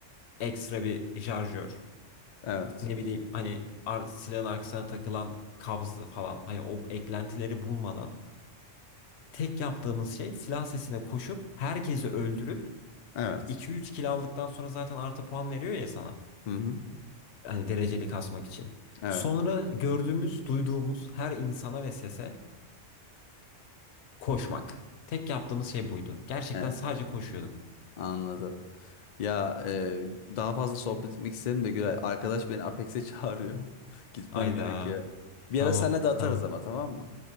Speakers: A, on the left (about 65°); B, on the left (about 80°).
A: ekstra bir şarjör.
B: Evet.
A: ne bileyim hani ar silahın arkasına takılan kabzı falan hani o eklentileri bulmadan tek yaptığımız şey silah sesine koşup herkesi öldürüp
B: Evet.
A: iki üç kill aldıktan sonra zaten artı puan veriyor ya sana.
B: Hı hı.
A: Hani dereceli kasmak için.
B: Evet.
A: Sonra gördüğümüz, duyduğumuz her insana ve sese koşmak. Tek yaptığımız şey buydu. Gerçekten
B: Evet.
A: sadece koşuyorduk.
B: Anladım. Ya e, daha fazla sohbet etmek isterim de Güray. Arkadaş beni Apex'e çağırıyor. <laughs> Gitmem
A: Ayda.
B: gerekiyor. Bir
A: Tamam,
B: ara senle de atarız
A: tamam.
B: ama tamam mı?